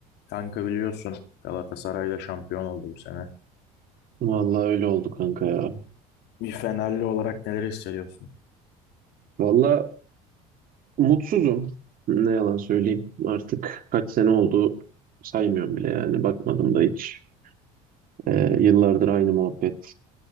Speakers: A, on the left; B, on the right.
A: Kanka biliyorsun Galatasaray'la şampiyon oldu bu sene.
B: Vallahi öyle oldu kanka ya.
A: Bir Fenerli olarak neler hissediyorsun?
B: Vallahi mutsuzum. Ne yalan söyleyeyim. Artık kaç sene oldu saymıyorum bile yani. Bakmadım da hiç. Ee, yıllardır aynı muhabbet.